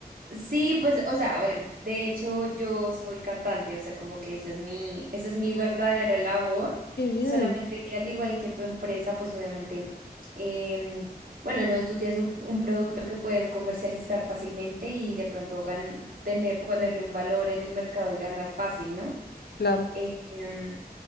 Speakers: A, on the right; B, on the left.
A: Sí, pues, o sea, a ver, de hecho yo soy cantante, o sea, como que esa es mi, esa es mi verdadera labor,
B: Qué bien,
A: solamente que al igual que tu empresa, pues obviamente, em, bueno, al menos tú tienes un, un producto que puedes comercializar fácilmente y de pronto gan- tener, ponerle un valor en el mercado y ganar fácil, ¿no?
B: claro.
A: Em,